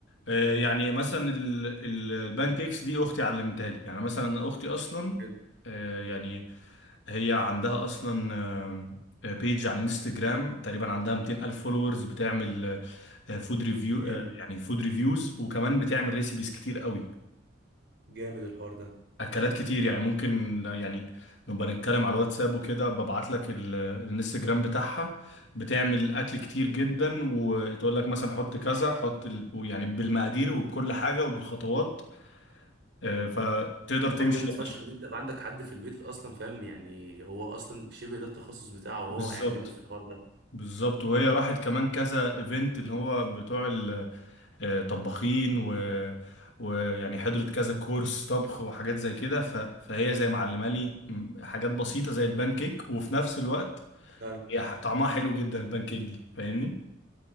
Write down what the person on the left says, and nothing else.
آه، يعني مثلا ال- ال- البان كيكس دي اختي علمتها لي يعني مثلا اختي اصلا
آه، يعني هي عندها اصلا آه، بيج على الانستجرام تقريبا عندها 200 الف فولورز بتعمل فود ريفيو
يعني فود ريفيوز وكمان بتعمل ريسيبيز كتير قوي
اكلات كتير يعني ممكن يعني نبقى نتكلم على الواتساب وكده ببعت لك ال- الانستجرام بتاعها بتعمل اكل كتير جدا وتقول لك مثلا حط كذا حط ال... يعني بالمقادير وبكل حاجة وبالخطوات آه، فتقدر تمشي
يعني
بالظبط
بالظبط وهي راحت كمان كذا ايفنت اللي هو بتوع آه، طباخين
و ويعني حضرت كذا كورس طبخ وحاجات زي كده ف... فهي زي معلمه لي م- حاجات بسيطه زي البان كيك وفي نفس الوقت
هي ح- طعمها حلو جدا البان كيك دي فاهمني